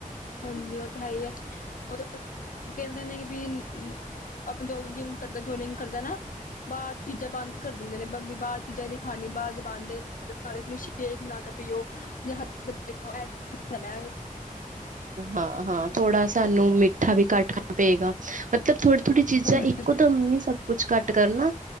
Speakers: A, on the left; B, on the right.
A: ਹਾਂਜੀ, ਉਹ ਤਾਂ ਹੈ ਹੀ ਹੈ ਉਹ ਤੇ ਕਹਿੰਦੇ ਨੇ ਕਿ ਵੀ ਆਪਾਂ ਜੋ ਜਿਮ ਕਰਦਾ ਜੋ ਨਹੀ ਕਰਦਾ ਨਾ ਬਾਹਰ ਚੀਜ਼ਾਂ ਬੰਦ ਕਰ ਦਿੰਦੇ ਨੇ ਬਾਹਰ ਚੀਜ਼ਾਂ ਨਹੀਂ ਖਾਣੀਆਂ ਬਾਰ ਦੀਆਂ ਚੀਜ਼ਾਂ ਬੰਦ ਏ <inaudible>
B: ਹਾਂ-ਹਾਂ ਥੋੜਾ ਸਾਨੂੰ ਮਿੱਠਾ ਵੀ ਘੱਟ ਖਾਣਾ ਪਏਗਾ ਮਤਲਬ ਥੋੜੀ- ਥੋੜੀ ਚੀਜ਼ਾਂ
A: ਹਾਂਜੀ
B: ਇੱਕੋ ਦਮ ਨਹੀ ਸਭ ਕੁਛ ਘੱਟ ਕਰਨਾ।